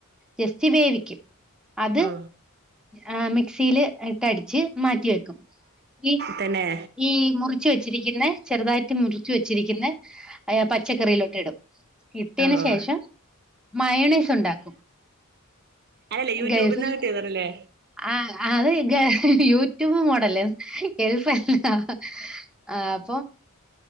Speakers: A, in the centre; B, on the right.
A: ജസ്റ്റ് വേവിക്കും അത്
B: ഓ
A: ഏഹ് മിക്സിൽ ഇട്ടടിച്ച് മാറ്റി വെക്കും ഈ
B: തന്നെ
A: ഈ മുറിച്ച് വെച്ച ചിരിക്കുന്ന ചെറുതായിട്ട് മുറച്ച് വെച്ചിരിക്കുന്ന ഏഹ് പച്ചക്കറിയിലോട്ട് ഇടും ഇട്ടയ്ന്
B: ഓ
A: ശേഷം
B: ഓ
A: മയോണീസ് ഉണ്ടാക്കും
B: അതല്ലേ യൂട്യൂബ്ന്ന്
A: ഗൾഫും
B: കിട്ടിയതാണല്ലേ
A: ആഹ് അത് യൂട്യൂബ് മോഡല് ഗൾഫല്ലേ ആഹ് അപ്പൊ